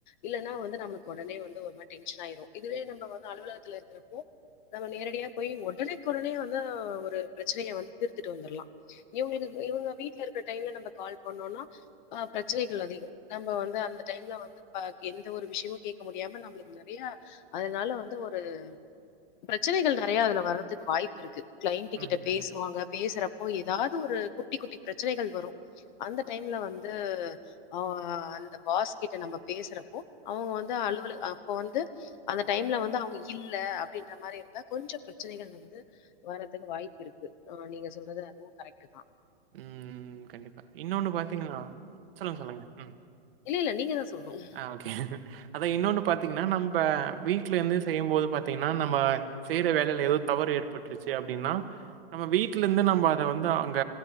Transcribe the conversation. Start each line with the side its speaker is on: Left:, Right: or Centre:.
Left: இல்லன்னா வந்து நம்ளுக் உடனே வந்து ஒரு மாரி டென்ஷன் ஆயிரு இதுவே நம்ம வந்து அலுவுலகத்துல இருக்குறப்போ நம்ம நேரடியா போய் ஒடனக்கு ஒடனே வந்து ஒரு பிரச்சனைய வந்து தீர்த்துட்டு வந்துருலா இவுங்களுக்கு இவுங்க வீட்ல இருக் இந்த டைம்ல நம்ப கால் பண்ணோம்னா ஆ பிரச்சினைகள் அதிகம் நம்ம வந்து அந்த டைம்ல வந்து பா எந்த ஒரு விஷயமு கேக்க முடியாம நம்ளுக்கு நெறயா அதனால வந்து ஒரு பிரச்சினைகள் நெறயா அதுல வறதுக்கு வாய்ப்பு இருக்கு க்ளைண்ட்டு
Right: ம்,
Left: கிட்ட
Right: ம்,
Left: பேசுவாங்க
Right: ம்.
Left: பேசுறப்போ எதாது து ஒரு குட்டி குட்டி பிரச் ச்சனைகள் வரும் அந்த டைம்ல வந்து ஆ அந்த பாஸ்கிட்ட நம்ம பேசுறப்போ அவுங்க வந்து அலுவல அப்போ வந்து அந்த டைம்ல வந்து அவுங்க இல்ல அப்டின்ற மாரி இருந்தா கொஞ்ச பிரச்சனைகள் வந்து வரதுக்கு வாய்ப்பு இருக்கு ஆ நீங்க சொல்றது அதுவு கரெக்ட்டுதா
Right: உம் கண்டிப்பா இன்னொன்னு பாத்தீங்கன்னா சொல்லுங் சொல்லுங்க ம்
Left: இல்ல, இல்ல நீங்க தான் சொல்லணும்.
Right: அ ஓக்கே அத இன்னொன்னு பாத்தீங்கன்னா நம் இப்ப வீட்லேருந்து செய்யும்போது பாத்தீங்கன்னா நம்ம செய்யிற வேலையிலோ தவறு ஏற்பட்டுருச்சு அப்டின்னா நம்ம வீட்டுல இருந்து நம்ம அத வந்து அங்க